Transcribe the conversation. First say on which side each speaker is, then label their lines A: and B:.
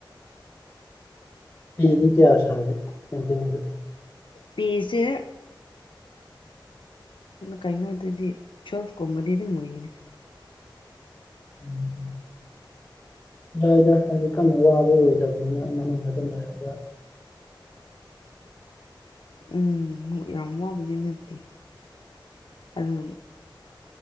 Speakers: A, on the left; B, on the left.
A: ꯗꯤ ꯀꯌꯥ ꯊꯥꯒꯤ ꯀꯦꯟꯇꯅꯤꯗ
B: ꯄꯖ ꯀꯩꯅꯣꯗꯗꯤ ꯇ꯭ꯋꯦꯜꯐꯀꯨꯝꯕꯗꯤ ꯑꯗꯨꯝ ꯑꯣꯏꯒꯅꯤ
A: ꯎꯝ ꯑꯗꯨꯗꯥꯏꯗ ꯍꯥꯏꯗꯤ ꯀꯟꯅ ꯋꯥꯕ ꯑꯣꯏꯗꯕꯅꯤꯅ ꯃꯅꯨꯡꯗ ꯑꯗꯨꯝ ꯂꯩꯔꯒ
B: ꯎꯝ ꯌꯥꯝ ꯋꯥꯕꯗꯤ ꯅꯠꯇꯦ ꯑꯗꯨ